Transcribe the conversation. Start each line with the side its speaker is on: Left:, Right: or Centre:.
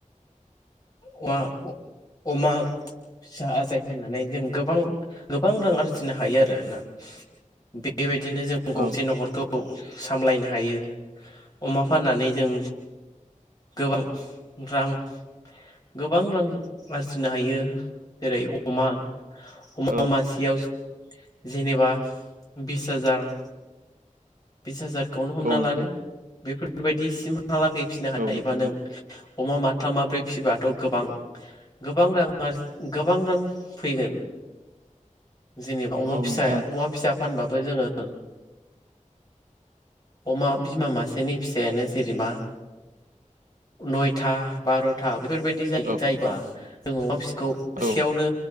Left: अमा अ अमा फिसा आजाय होनानै जों गोबां गोबां रां आरजिनो हायो आरो ना बेबायदिनो जों
Right: औ
Left: गंसे न'खरखौ सामलायनो हायो अमा फाननानै जों गोबां रां गोबां रां आरजिनो हायो जेरै अमा अमा
Right: औ
Left: मासेयाव जेनेबा बिस हाजार बिस हाजारखौनो हमना
Right: औ नोंथां
Left: लादो बेफोरबायदिसिमहालागै फिनो हायोबा
Right: औ नोंथां
Left: नों
Right: औ
Left: - अमा माथाम माब्रै फिबाथ' गोबां गोबां रां आरजि गोबां रां फैगोन जेनेबा अमा
Right: औ
Left: फिसा
Right: नोंथां
Left: अमा फिसा फानबाबो जोङो अमा बिमा मासेनि फिसायानो जेरैबा नयथा बार' था बेफोरबायदि जायो
Right: औ
Left: जायोबा जों अमा फिसाखौ मासेयावनो
Right: औ